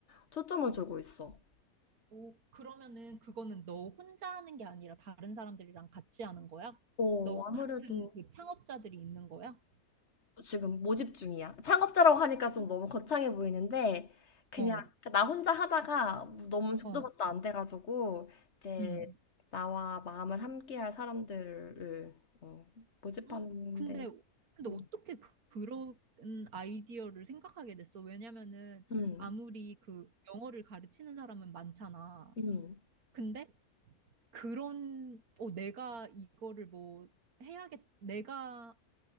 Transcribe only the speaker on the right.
오, 그러면은 그거는 너 혼자 하는 게 아니라 다른 사람들이랑 같이 하는 거야?
너
같은 그 창업자들이 있는 거야?
어,
어,
음.
헉, 근데, 근데
어떻게 그- 그런 아이디어를 생각하게 됐어? 왜냐면은
아무리 그 영어를 가르치는 사람은 많잖아.
근데 그런, 어, 내가 이거를 뭐 해야겠, 내가